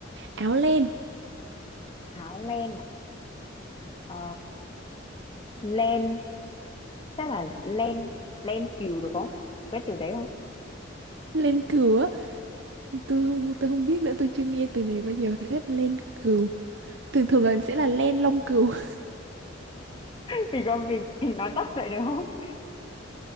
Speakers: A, on the right (about 65°); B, on the left (about 25°).
A: áo len
B: áo len à? Ờ, len chắc là len len cừu được không Có cái từ đấy không
A: len cừu á tôi không tôi không biết nữa tôi chưa nghe từ này bao giờ hết len cừu thường thường là sẽ là len lông cừu <laughs>
B: <laughs> vì con vì mình nói tắt vậy được không <laughs>